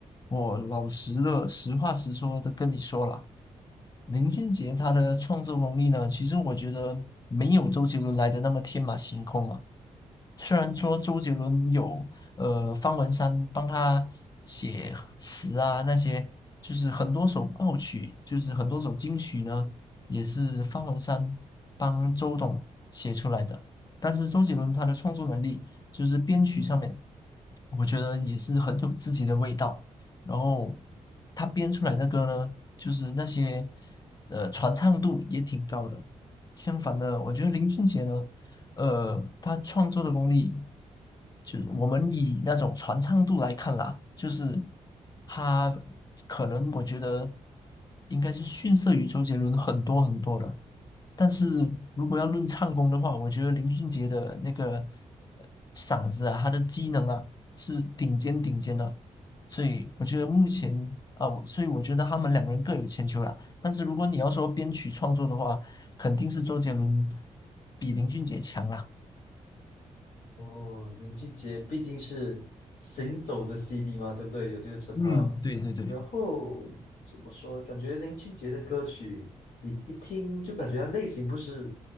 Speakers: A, on the left; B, on the left.
A: 我老实的，实话实说的跟你说了，林俊杰他的创作功力呢，其实我觉得没有周杰伦来的那么天马行空啊。虽然说周杰伦有呃方文山帮他写词啊那些，就是很多首爆曲，就是很多首金曲呢，也是方文山帮周董写出来的。但是周杰伦他的创作能力，就是编曲上面，我觉得也是很有自己的味道。然后他编出来的歌呢，就是那些呃传唱度也挺高的。相反的，我觉得林俊杰呢。呃，他创作的功力，就是我们以那种传唱度来看啦，就是他可能我觉得应该是逊色于周杰伦很多很多的。但是如果要论唱功的话，我觉得林俊杰的那个嗓子啊，他的机能啊是顶尖顶尖的，所以我觉得目前啊，我所以我觉得他们两个人各有千秋啦。但是如果你要说编曲创作的话，肯定是周杰伦比林俊杰强啦。
B: 哦，林俊杰毕竟是行走的 CD 嘛，对不对？有这个称号。
A: 嗯，对对对，
B: 然后怎么说？感觉林俊杰的歌曲，你一听就感觉它类型不是